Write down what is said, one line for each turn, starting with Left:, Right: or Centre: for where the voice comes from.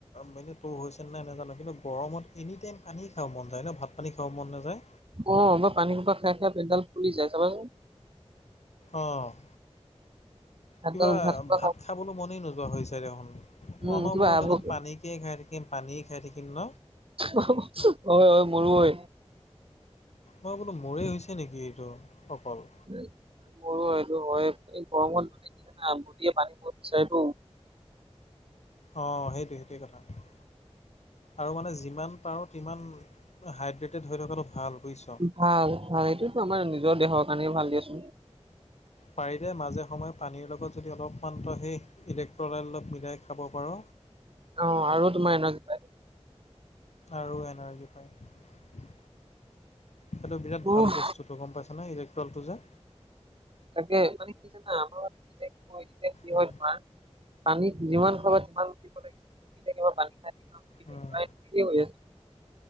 Left: মানে তোৰ হৈছে নাই নাজানো কিন্তু গৰমত এনি টাইম পানী খাব মন যায় ন, ভাত পানী খাব মন নাযায়।
Right: অ' মই পানী হোপা খাই-খাই পেট ডাল ফুলি যায় চাবাচোন।
Left: অ'।
Right: ভাতডাল
Left: কিবা
Right: খোপা
Left: ভাত
Right: খাব
Left: খাবলও মনেই নোযোৱা হৈছে দেখোন।
Right: উম
Left: অনবৰতে
Right: কিবা আভোক।
Left: যেন পানীকে খাই থাকিম। থাকিম পানীয়ে খাই থাকিম ন?
Right: অ' হয়-হয় মোৰো হয়।
Left: মই বোলো মোৰে হৈছে নেকি এইটো অকল।
Right: উম মোৰো এইটো হয়ে এই গৰমত মানে কি জানা বদিয়ে পানী খাব বিচাৰে টো।
Left: অ' সেইটোৱে-সেইটোৱে কথা। আৰু মানে যিমান পাৰোঁ তিমান হাইড্ৰেটেড হৈ থকাটো ভাল বুইছ।
Right: ভাল-ভাল এইটোতো আমাৰ নিজৰ দেহৰ কাৰণেও ভাল দিয়াচোন।
Left: পাৰিলে মাজে সময়ে পানীৰ লগত যদি অলপমান তই সেই ইলেকট্ৰল অলপ মিলাই খাব পাৰ।
Right: অ' আৰু তোমাৰ এনাৰ্জি পায়।
Left: আৰু এনাৰ্জি পায়। সেইটো বিৰাট ভাল
Right: উফ
Left: বস্তু। তো গম পাইছ নে ইলেকট্ৰলতো যে।
Right: তাকে মানে কি জানা <unintelligible> কি
Left: উম,
Right: হয় তোমাৰ পানী যিমান খাবা তিমান মূতিব লাগিব <unintelligible>
Left: উম,